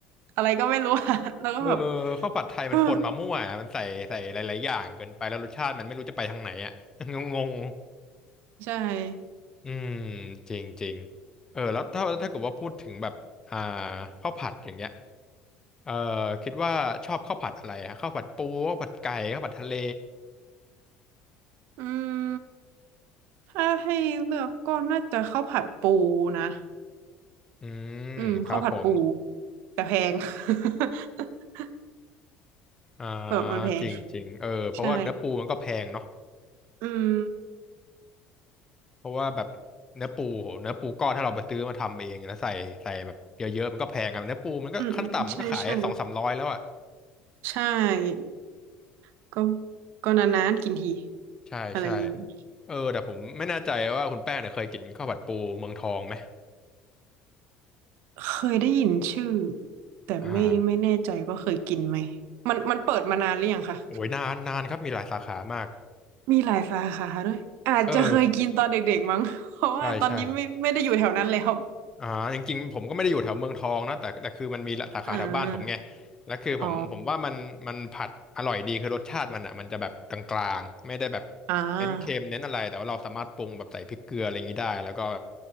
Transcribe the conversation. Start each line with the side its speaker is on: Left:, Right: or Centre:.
Right: อะไรก็ไม่รู้ <laughs> อ่ะแล้วก็แบบ
Left: เออข้าวผัดไทยมันปนมามั่วอะมันใส่ใส่หลายๆอย่างเกินไปแล้วรสชาติมันไม่รู้จะไปทางไหนอ่ะ
Right: <laughs> เออ
Left: <laughs> งง
Right: ใช่
Left: ๆอืมจริงจริงเออแล้วถ้าถ้าเกิดว่าพูดถึงแบบอ่าข้าวผัดอย่างเงี้ย เอ่อคิดว่าชอบข้าวผัดอะไรฮะข้าวผัดปูข้าวผัดไก่ข้าวผัดทะเล
Right: อืมถ้าให้เลือกก็น่าจะข้าวผัดปูนะ
Left: อืมครับผม
Right: อืมข้าวผัดปูแต่แพง <laughs>
Left: อ่า
Right: แบบมันแพง
Left: จริงจริงเออเพราะว่าเนื้อปูมันก็แพงเนาะ
Right: ใช่อืม
Left: เพราะว่าแบบเนื้อปูโหเนื้อปูก้อนถ้าเราไปซื้อมาทำเองแล้วใส่ใส่แบบเยอะๆมันก็แพงอะเนื้อปูมันก็ขั้นต่ำมันก็ขายสองสามร้อยแล้วอ่ะ
Right: อืมอืมใช่ใช่ใช่ ก็ก็นานๆกินที
Left: ใช่ใช่
Right: อะไรอย่างงี้
Left: เออแต่ผมไม่แน่ใจว่าคุณแป้งเนี่ยเคยกินข้าวผัดปูเมืองทองไหม
Right: เคยได้ยินชื่อแต่ไม่ไม่แน่ใจว่าเคยกินไหม
Left: อ่า
Right: มันมันเปิดมานานหรือยังคะ
Left: โอ้ยนานนานครับมีหลายสาขามาก
Right: มีหลายสาขาด้วยอาจจะเคยกินตอนเด็กๆมั้ง
Left: เออ
Right: <laughs> เพราะว่าตอนนี้ไม่ไม่ได้อยู่แถวนั้นแล้ว
Left: ใช่ใช่ อ่าจริงๆผมก็ไม่ได้อยู่แถวเมืองทองนะแต่แต่คือมันมีสาขาแถวบ้านผมไง
Right: อ่า
Left: แล้วคือผมผมว่ามันมันผัดอร่อยดีคือรสชาติมันอ่ะมันจะแบบกลางๆไม่ได้แบบ
Right: อ๋ออ่า
Left: เน้นเค็มเน้นอะไรแต่ว่าเราสามารถปรุงแบบใส่พริกเกลืออะไรอย่างนี้ได้แล้วก็แบบ